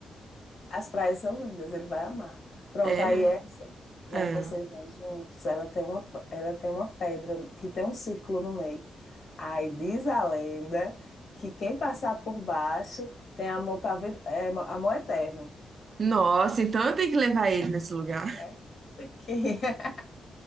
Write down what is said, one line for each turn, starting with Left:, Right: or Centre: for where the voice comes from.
Left: As praias são lindas, ele vai amar. Pronto,
Right: É,
Left: aí essa, já
Right: é.
Left: que vocês vêm juntos, ela tem uma, ela tem uma pedra que tem um círculo no meio. Aí diz a lenda que quem passar por baixo tem amor para vida, é, amor eterno.
Right: Nossa, então eu tenho que levar ele nesse lugar.
Left: É? Tem que- <laughs>